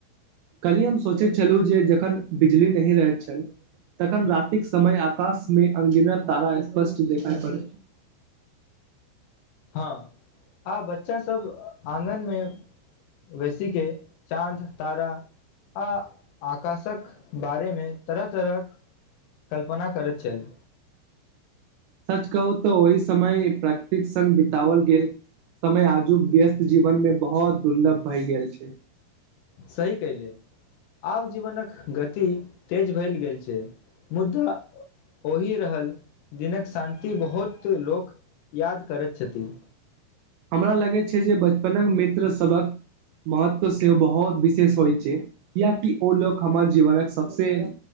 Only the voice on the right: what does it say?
कहली हम सोचै छलहुँ जे जखन बिजली नहि रहैत छल तखन रातिक समय आकाशमे अंगिनत तारा स्पष्ट देखाइ पड़ै छै <inaudible>
सच कहू तऽ ओहि समय प्राकृतिक संघ बितावल गेल समय आजुक व्यस्त जीवन मे बहुत दुर्लभ भए गेल छै
हमरा लगैत छै जे बचपनक मित्र सभक महत्व सेहो बहुत विशेष होइत छै कियाकि ओ लोक हमर जीवनक सभसँ